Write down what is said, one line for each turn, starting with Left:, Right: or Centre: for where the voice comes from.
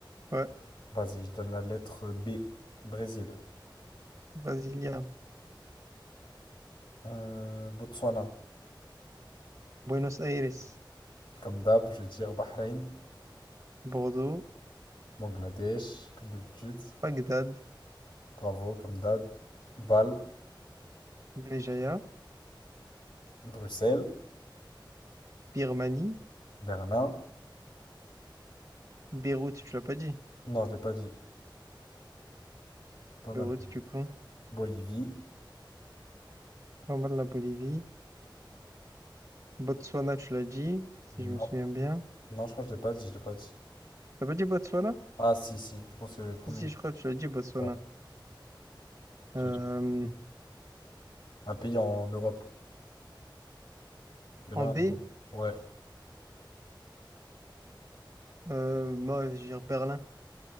Right: ouais.
Left: Vas-y, je donne la lettre B. Brésil.
Right: Brasilia,
Left: Euh, Botswana,
Right: Buenos Aires,
Left: comme d'hab, je vais dire Bahreïn,
Right: Bordeaux,
Left: Bangladesh, comme d'habitude.
Right: Bagdad,
Left: Bravo, comme d'hab. Bâle,
Right: Béjaïa,
Left: Bruxelles,
Right: Birmanie,
Left: Berlin.
Right: Beyrouth, tu l'as pas dit.
Left: Non, je l'ai pas dit. Pas
Right: Beyrouth,
Left: mal.
Right: du coup.
Left: Bolivie.
Right: Pas mal la Bolivie. Botswana, tu l'as dit, si
Left: Non,
Right: je me souviens bien.
Left: non, je crois que je l'ai pas dit, je l'ai pas dit.
Right: T'as pas dit Botswana?
Left: Ah, si, si, je pense que c'est le premier.
Right: Si, si, je crois que tu l'as dit, Botswana.
Left: Ouais, tu
Right: Euh,
Left: l'as dit. Un pays en Europe. Il y
Right: en
Left: en a un en
Right: B?
Left: Europe. Ouais.
Right: Euh, moi, je vais dire Berlin.